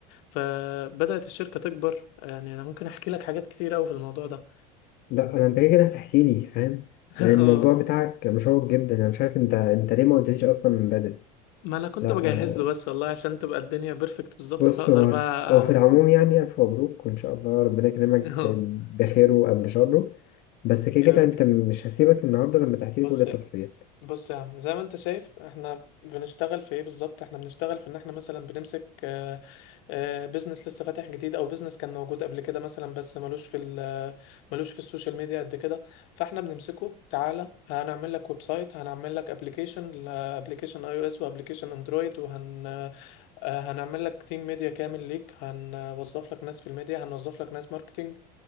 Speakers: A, on the left (about 65°); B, on the left (about 50°).
A: فبدأت الشركة تكبر يعني أنا ممكن أحكي لك حاجات كتير أوي في الموضوع ده
B: لا انا انت كده كده هتحكي لي فاهم
A: <laughs>
B: لأن الموضوع بتاعك مشوق جدا انا مش عارف انت انت ليه ما قلتليش اصلا من بدري
A: ما أنا كنت
B: لا
A: بجهز له بس والله عشان تبقى الدنيا بيرفكت بالظبط
B: بص
A: فأقدر
B: هو
A: بقى
B: هو في العموم يعني ألف مبروك وإن شاء الله ربنا يكرمك
A: <laughs>
B: ب- بخيره قبل شره بس كده
A: يا
B: كده
A: رب
B: أنت مش هسيبك النهاردة لما تحكي
A: بص
B: لي كل التفاصيل
A: بص يا عم زي ما انت شايف احنا بنشتغل في ايه بالظبط احنا بنشتغل في ان احنا مثلا بنمسك آه، آه، بيزنس لسه فاتح جديد او بيزنس كان موجود قبل كده مثلا بس ملوش في ال- ملوش في السوشيال ميديا قد كده فاحنا بنمسكه تعالى هنعمل لك ويب سايت هنعمل لك ابلكيشن ابلكيشن اي او اس وابلكيشن اندرويد وهن آه، هنعمل لك تيم ميديا كامل ليك هنوظف لك ناس في الميديا هنوظف لك ناس ماركتنج